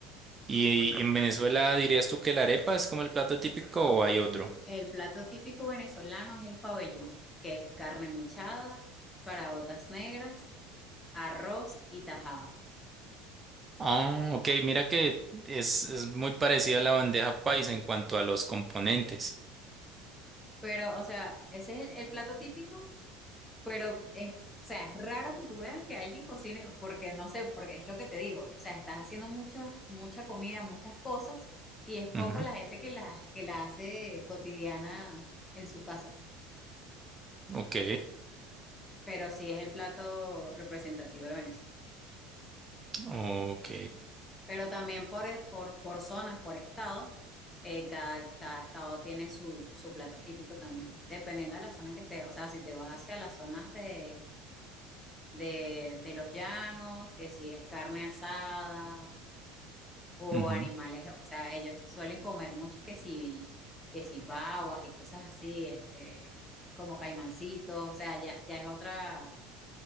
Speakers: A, on the right; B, on the left.
A: ¿Y, y en Venezuela dirías tú que la arepa es como el plato típico o hay otro?
B: Mm. El plato típico venezolano es el pabellón, que es carne mechada, caraotas negras, arroz y tajada.
A: Ah, ok, mira que es, es muy parecida a la bandeja paisa en cuanto a los componentes.
B: Pero, o sea, ese es el, el plato típico, pero es, o sea, es raro que tú veas que alguien cocine, porque no sé, porque es lo que te digo. O sea, estás haciendo muchas, mucha comida, muchas cosas, y es poco
A: Ujú,
B: la gente que la, que la hace cotidiana en su casa. pues.
A: Ok,
B: Pero sí es el plato representativo de Venezuela.
A: ok.
B: Pero también por, e- por, por zonas, por estado, eh, cada, cada estado tiene su, su plato típico también, dependiendo de la zona en que estés. O sea, si te vas hacia las zonas de, de, de los llanos, que si es carne asada o
A: ujú,
B: animales, o sea, ellos suelen comer mucho que si, que si babas y cosas así, este, como caimancitos, o sea, ya, ya es otra,